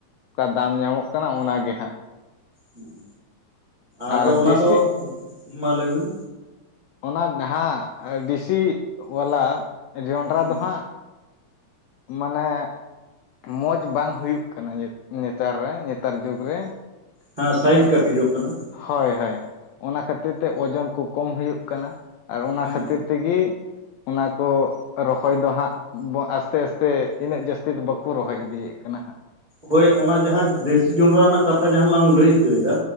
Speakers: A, on the left (about 80°); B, on the right (about 25°).
A: ᱚᱠᱟ ᱫᱟᱢ ᱧᱟᱢᱚᱜ ᱠᱟᱱᱟ ᱚᱱᱟᱜ ᱜᱮ ᱦᱟᱸᱜ
B: ᱦᱮᱸ ᱟᱫᱚ
A: ᱟᱨ
B: ᱚᱱᱟ
A: ᱫᱮᱥᱤ
B: ᱫᱚ ᱢᱟ ᱞᱟᱹᱭᱵᱤᱱ᱾
A: ᱚᱱᱟ ᱡᱟᱦᱟᱸ ᱫᱮᱥᱤ ᱵᱟᱞᱟ ᱡᱚᱱᱰᱨᱟ
B: ᱦᱩᱸ
A: ᱫᱚ ᱦᱟᱸᱜ ᱢᱟᱱᱮ ᱢᱚᱸᱡᱽ ᱵᱟᱝ ᱦᱩᱭᱩᱜ ᱠᱟᱱᱟ ᱧᱮ ᱱᱮᱛᱟᱨ ᱨᱮ ᱱᱮᱛᱟᱨ ᱡᱩᱜᱽ ᱨᱮ᱾
B: ᱦᱮᱸ ᱥᱟᱭᱤᱡ
A: ᱤᱱᱟᱹᱜ
B: ᱠᱟᱹᱴᱤᱡ ᱚᱜ ᱠᱟᱱᱟ᱾
A: ᱦᱳᱭ ᱦᱳᱭ ᱚᱱᱟ ᱠᱷᱟᱹᱛᱤᱨ ᱛᱮ ᱳᱡᱚᱱ ᱠᱚ ᱠᱚᱢ ᱦᱩᱭᱩᱜ ᱠᱟᱱᱟ᱾ ᱟᱨ ᱚᱱᱟ
B: ᱦᱩᱸ
A: ᱠᱷᱟᱹᱛᱤᱨ ᱛᱮ ᱜᱮ ᱚᱱᱟ ᱠᱚ ᱨᱚᱦᱚᱭ ᱫᱚ ᱦᱟᱸᱜ ᱟᱥᱛᱮ ᱟᱥᱛᱮ ᱤᱱᱟᱹᱜ ᱡᱟᱹᱥᱛᱤ ᱫᱚ ᱵᱟ ᱠᱚ ᱨᱚᱦᱚᱭ ᱤᱫᱤᱭᱮᱫ ᱠᱟᱱᱟ ᱦᱟᱸᱜ ᱾
B: ᱦᱳᱭ ᱚᱱᱟ ᱡᱟᱦᱟᱸ ᱫᱮᱥᱤ ᱡᱚᱸᱰᱨᱟ ᱨᱮᱱᱟᱜ ᱠᱟᱛᱷᱟ ᱡᱟᱦᱟᱸ ᱞᱟᱝ ᱞᱟᱹᱭ ᱦᱚᱪᱚ ᱭᱮᱫᱟ